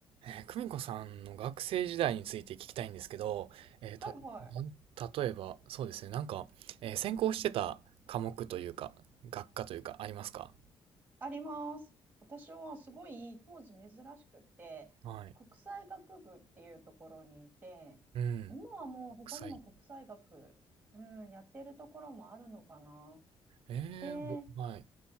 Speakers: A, on the right; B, on the right.
A: えー、久美子さんの学生時代について聞きたいんですけど、えーた、
B: はいはい。
A: なん例えば、そうですね、なんか、えー専攻してた科目というか、学科というか、ありますか
B: あります。私はすごい当時珍しくって、
A: はい。
B: 国際学部っていうところにいて、
A: うん。
B: 今はもう他にも国際学、
A: 国際。
B: うん、やってるところもあるのかな。
A: えー、
B: で、
A: ぼはい。